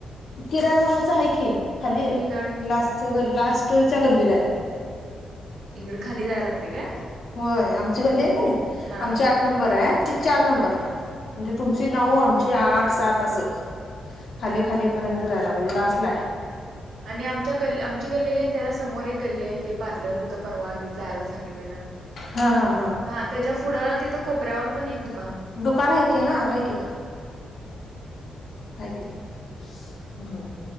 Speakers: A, on the left (about 55°); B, on the right (about 75°).
A: किराणा मालाचा आहे की, खाली
B: कुणीकड
A: लास्ट लास्टच्या गल्लीला आहे.
B: इकडं खाली जाया लागतयं काय?
A: होय आमची गल्ली
B: हा
A: आहे का नाही
B: हा
A: आमची आठ नंबर आहे ती चार नंबरला. म्हणजे तुमची नऊ, आमची आठ, सात असं खाली खाली पर्यंत जायला पाहिजे लास्टला आहे.
B: आणि आमच्या गल् आमची गल्ली का त्याला समोर एक गल्ली आहे, ते पार्लर होतं परवा जायला सांगितलेलं. <unintelligible>
A: हां.. हां.. हा.
B: हा त्याच्या पुढं तिथं कोपऱ्यावर पण एक दु
A: दुकान आहे की, हा आहे की? हाय की तिथं... हूं...